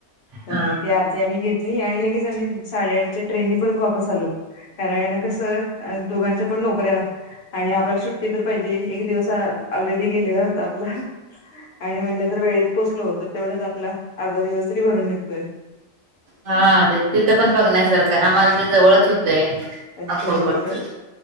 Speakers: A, on the left; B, on the right.
A: अ
B: हा
A: ती आरती आम्ही घेतली आणि लगेच आम्ही साडेआठच्या ट्रेननी परत वापस आलो कारण कसं दोघांच्या पण नोकऱ्या आणि आपल्याला सुट्टी तर पाहिजे एक दिवस ऑलरेडी गेलेला होता आपला आणि म्हटलं जर वेळेत पोचलो तर तेवढेच आपला अर्धा दिवस तरी भरून निघतोय
B: हा ते तिथं पण बघण्यासारखं आम्हाला ते जवळच होतंय
A: अ
B: अक्कलकोटच
A: तुम्हाला काय